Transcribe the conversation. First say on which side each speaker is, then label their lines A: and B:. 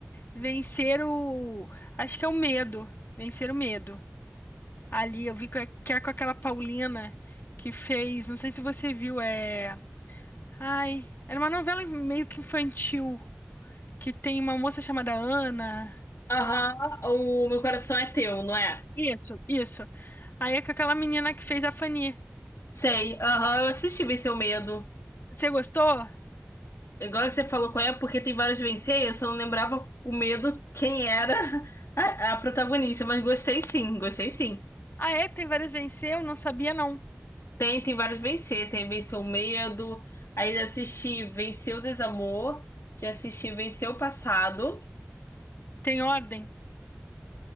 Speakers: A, on the left; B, on the left.
A: Vencer o. Acho que é o Medo. Vencer o Medo. Ali eu vi que é que é com aquela Paulina que fez. Não sei se você viu, é. Ai, era uma novela meio que infantil, que tem uma moça chamada Ana.
B: Aham, o meu coração é teu, não é?
A: Isso, isso. Aí é com aquela menina que fez a Fanny.
B: Sei, aham, eu assisti Vencer o Medo.
A: Você gostou?
B: Agora que você falou qual é, porque tem vários vencer, eu só não lembrava o medo quem era <laughs> a, a protagonista, mas gostei sim, gostei sim.
A: Ah, é? Tem várias venceu? Não sabia, não.
B: Tem, tem vários vencer, tem Venceu o Medo, aí já assisti Venceu o Desamor, já assisti Venceu o Passado.
A: Tem ordem?